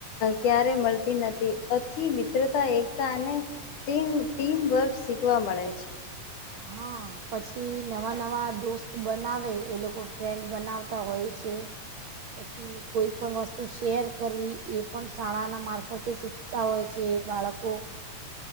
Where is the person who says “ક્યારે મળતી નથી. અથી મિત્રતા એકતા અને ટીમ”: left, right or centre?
Left